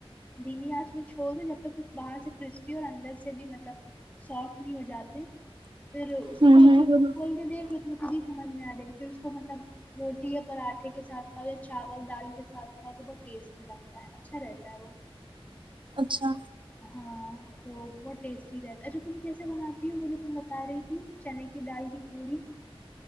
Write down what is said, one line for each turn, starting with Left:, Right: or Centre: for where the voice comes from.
Left: دھیمی آنچ میں چھوڑ دو جب تک وہ باہر سے کرسپی اور اندر سے بھی مطلب سافٹ نہیں ہو جاتے پھر اس کے
Right: ہوں
Left: بعد
Right: ہوں
Left: پھر کھول کے دیکھ ر ک سمجھ میں آ جائے گی پھر اسس کو مطلب روٹی یا پراٹھے کے ساتھ کھاؤ یا چاول دال کے ساتھ کھاؤ تو بہت ٹیسٹی لگتا ہے اچھا رہتا ہے وہ
Right: اچھا
Left: ہاں تو بہت ٹیسٹی رہتا اچھا تم کیسے بناتی ہو مجھے تم بتا رہی تھی چنے کی دال کی پوڑی